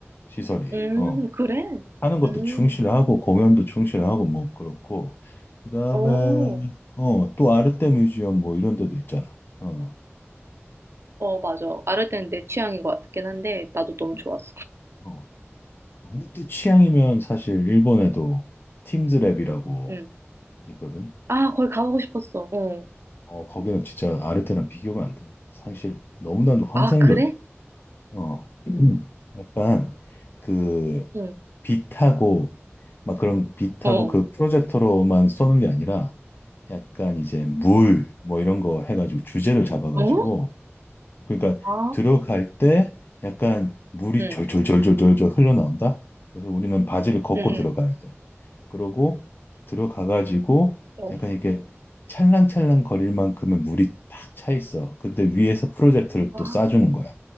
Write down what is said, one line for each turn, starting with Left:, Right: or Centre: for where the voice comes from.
Left: 시설이
Right: 음,
Left: 어.
Right: 그래.
Left: 하는 것도
Right: 음,
Left: 충실하고 공연도 충실하고 뭐 그렇고 그다음에
Right: 오,
Left: 어 또 아르테 뮤지엄 뭐 이런 데도 있잖아. 어.
Right: 어, 맞아. 아르덴 내 취향인 것 같긴 한데, 나도 너무
Left: 음,
Right: 좋았어.
Left: 어. 아르테 취향이면 사실 일본에도 팀즈랩이라고
Right: 응.
Left: 있거든.
Right: 아, 거기 가보고 싶었어. 어.
Left: 어 거기는 진짜 아르테랑 비교가 안 돼. 사실 너무나도 환상적이야.
Right: 아, 그래?
Left: 어. <clears throat> 음. 약간 그
Right: 응,
Left: 빛하고 막 그런 빛하고
Right: 어.
Left: 그 프로젝터로만 쏘는 게 아니라 약간 이제 물 뭐 이런 거 해가지고 주제를 잡아가지고
Right: 어?
Left: 그러니까
Right: 아,
Left: 들어갈 때 약간 물이
Right: 응,
Left: 졸졸졸졸졸 흘러나온다. 그래서 우리는 바지를 걷고
Right: 응,
Left: 들어가야
Right: 응.
Left: 돼. 그러고 들어가 가지고
Right: 어,
Left: 약간 이렇게 찰랑찰랑 거릴 만큼의 물이 딱 차 있어. 근데 위에서 프로젝터를
Right: 와,
Left: 또 쏴주는 거야.